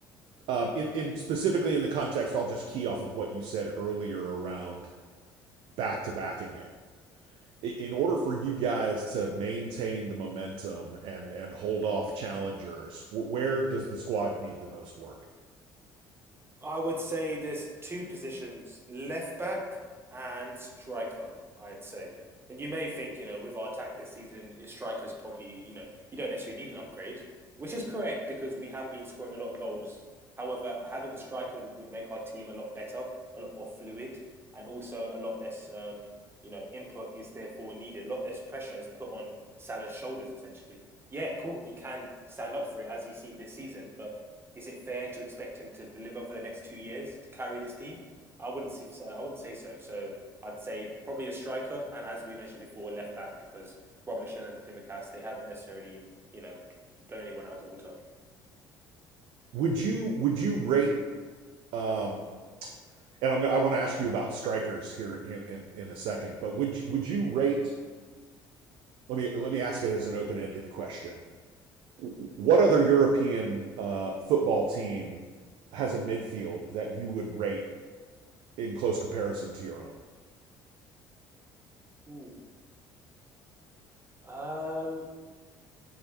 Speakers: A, on the right; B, on the right.
A: um, in in specifically in the context, I'll just key off of what you said earlier around back to backing it. In order for you guys to maintain the momentum and and hold off challengers, where does the squad need the most work?
B: I would say there's two positions, left back and striker, I'd say. And you may think, you know, with our attack this season, your striker's probably, you know, you don't necessarily need an upgrade, which is correct because we have been scoring a lot of goals. However, having a striker would make our team a lot better, a lot more fluid, and also a lot less, um, you know, input is therefore needed. A lot less pressure is put on Salah's shoulders, essentially. Yeah, cool. He can stand up for it, as he's seen this season, but is it fair to expect him to deliver for the next two years to carry this team? I wouldn't say so. I wouldn't say so. So I'd say probably a striker, and as we mentioned before, left back because Robertson and Simicast they haven't necessarily you know blown anyone out of the water.
A: Would you would you rate um and I'm gonna, I want to ask you about strikers here in, in in a second, but would you, would you rate let me let me ask it as an open-ended question. What other European uh football team has a midfield that you would rate in close comparison to your own?
B: Ooh. Um,